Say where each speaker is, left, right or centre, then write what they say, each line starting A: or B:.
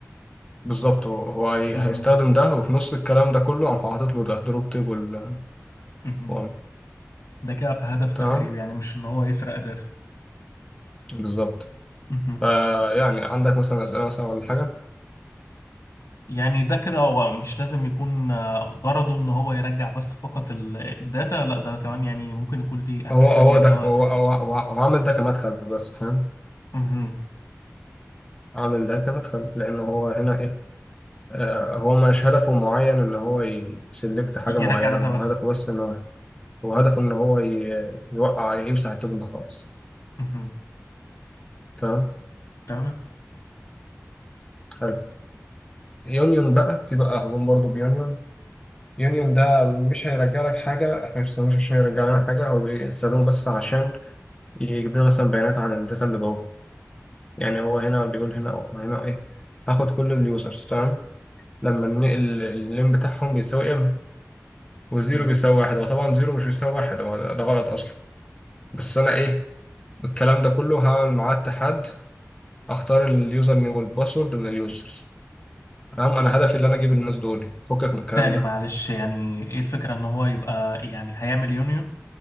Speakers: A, on the left; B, on the left.
A: بالظبط هو هو هي-
B: مهم.
A: هيستخدم ده وفي نص الكلام ده كله قام حاطط له ده دروب تيبل
B: مهم.
A: 1
B: ده كده بهدف تخريب
A: تمام
B: يعني مش ان هو يسرق داتا
A: بالظبط
B: مهم.
A: فيعني عندك مثلا اسئله مثلا ولا حاجه
B: يعني ده كده هو مش لازم يكون آه، غرضه ان هو يرجع بس فقط ال- الداتا لا ده كمان يعني ممكن يكون ليه اهداف
A: هو
B: تانية
A: هو
B: اللي
A: ده
B: هو
A: هو هو هو, هو عامل ده كمدخل بس فاهم
B: مهم.
A: عامل ده كمدخل لان هو هنا ايه آه هو مش هدفه معين ان هو يسلكت حاجه
B: يرجع
A: معينه
B: داتا
A: هو
B: بس
A: هدفه بس ان هو هدفه ان هو ي- يوقع يمسح التوب ده خالص
B: مهم.
A: تمام
B: تمام
A: حلو يونيون بقى في بقى هجوم برضه بيونيون يونيون ده مش هيرجع لك حاجة احنا مش بنستخدموش عشان يرجع لنا حاجة هو بيستخدمه بس عشان يجيب لنا مثلا بيانات عن الداتا اللي جوه يعني هو هنا بيقول هنا أو هنا ايه هاخد كل اليوزرز تمام لما النقل اللين بتاعهم بيساوي ام وزيرو
B: مهم.
A: بيساوي واحد هو طبعا زيرو مش بيساوي واحد هو ده غلط اصلا بس انا ايه بالكلام ده كله هعمل معاه اتحاد اختار اليوزر نيم والباسورد من اليوزرز تمام انا هدفي اللي انا اجيب الناس دول فكك من الكلام
B: تاني
A: ده
B: معلش يعني ايه الفكرة ان هو يبقى يعني هيعمل يونيون